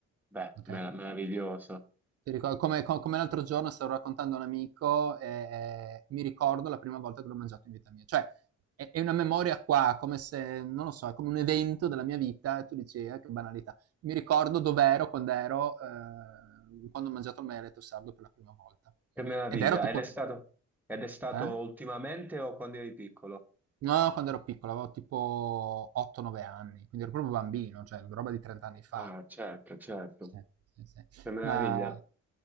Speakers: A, in the centre; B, on the right.
A: beh,
B: Ok?
A: mer- meraviglioso.
B: Ti ricor- come, co- come l'altro giorno stavo raccontando a un amico e, e mi ricordo la prima volta che l'ho mangiato in vita mia. Cioè, è, è una memoria qua, come se, non lo so, è come un evento della mia vita e tu dici, "Ah, che banalità. Mi ricordo dov'ero quando ero, eh, quando ho mangiato il maialetto sardo per la prima volta.
A: Che meraviglia.
B: Ed ero tipo...
A: Ed è stato, ed è stato
B: Eh?
A: ultimamente o quando eri piccolo?
B: No, quando ero piccolo, avevo tipo 8, 9 anni, quindi ero proprio bambino, cioè roba di 30 anni fa.
A: Ah, certo, certo.
B: Sì, sì, sì.
A: Che meraviglia.
B: Ma